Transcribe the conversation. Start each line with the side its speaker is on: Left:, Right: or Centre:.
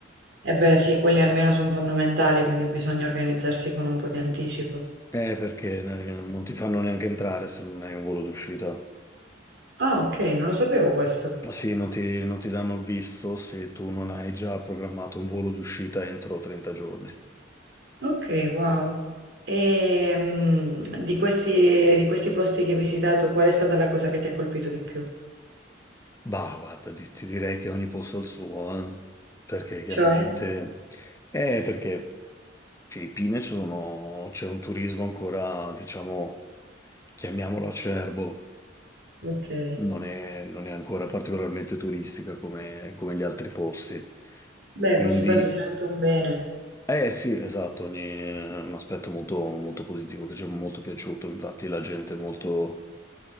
Right: E beh, sì, quelli almeno sono fondamentali, quindi bisogna organizzarsi con un po' di anticipo.
Left: Eh, perché eh, non ti fanno neanche entrare se non hai un volo d'uscita.
Right: Ah, okay, non lo sapevo questo.
Left: Sì, non ti, non ti danno il visto se tu non hai già programmato un volo d'uscita entro 30 giorni.
Right: Okay, wow. Ehm, di questi di questi posti che hai visitato, qual è stata la cosa che ti ha colpito di più?
Left: Bah, guarda, ti, ti direi che ogni posto ha il suo, eh? Perché chiaramente...
Right: Cioè?
Left: Eh, perché Filippine ci sono- c'è un turismo ancora, diciamo, chiamiamolo acerbo.
Right: Okay.
Left: non è, non è ancora particolarmente turistica come, come gli altri posti.
Right: Beh,
Left: Quindi,
Right: questo penso sia anche un bene.
Left: eh sì, esatto, ogni, è un aspetto molto, molto positivo che ci è molto piaciuto. Infatti, la gente è molto,